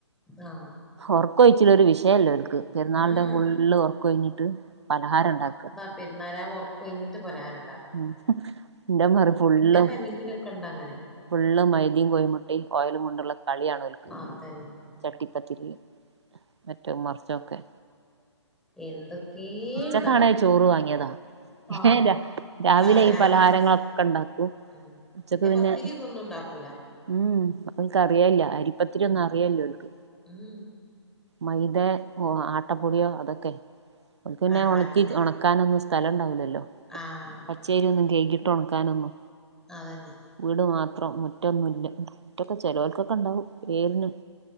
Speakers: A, in the centre; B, on the right.
A: ആ
B: ഉറക്ക വിച്ചില്ല ഒരു വിഷയല്ലോ അവർക്ക് ചെറുന്നനാളിറെ
A: ഉം
B: ഫുള് ഉറർക്ക് കഴിഞ്ഞിട്ട് പലഹാരം ഉണ്ടാക്കുക
A: വരുന്നാരം ഉറകഴിഞ്ഞിട്ട് പലഹറുണ്ടാക്കും
B: ഉം എന്റെ മാറി ഫുളും
A: ഫാമിലിയിലൊക്കെ ഇണ്ട് അങ്ങനെ
B: ഫുള്ള് മൈനിം കോഴിമുട്ടിയ ഓയിലും കൊണ്ടുള്ള കളിയാണോൽക്കുന്നത്
A: ആതന്നെ
B: ചട്ടിപ്പത്തിരി മറ്റോ മറച്ചൊക്കെ
A: എന്തൊക്കേ
B: അച്ചക്കാണ
A: ഇണ്ടാക്കും
B: ചോറ് വാങ്ങിയതാ ഏഹ്
A: ആഹ്
B: രാവിലെ
A: ആഹ് രാവിൽത്തെ
B: ഈ പലഹാരങ്ങളൊക്കെ ഉണ്ടാക്കൂ
A: ഉം
B: ഉച്ചക്ക് പിന്നെ
A: പത്തിരി ഇതൊന്നും ഉണ്ടാക്കൂല
B: ഉം അവൾക്ക് അറിയല്ല അരിപ്പത്തിരി
A: ഉം
B: ഒന്നും അറിയല്ലോ അവൾക്ക്
A: ഉം
B: മൈദ ഓ ആട്ടപ്പൊടിയോ അതൊക്കെ പിന്നെ
A: ആഹ് ഉണ്ടാക്കണേ
B: ഉണക്കി ഉണ ക്കാനന്നും സ്ഥലം ഉണ്ടാവില്ലല്ലോ
A: ആഹ്
B: പച്ചേരി ഒന്നും കഴകിട്ട് ഉണക്കാനൊന്നു
A: അതന്നെ
B: വീട് മാത്രം മുറ്റൊന്നുമില്ല മുറ്റൊക്കെ ചെലവർക്കൊക്കെ ഉണ്ടാവും <unintelligible>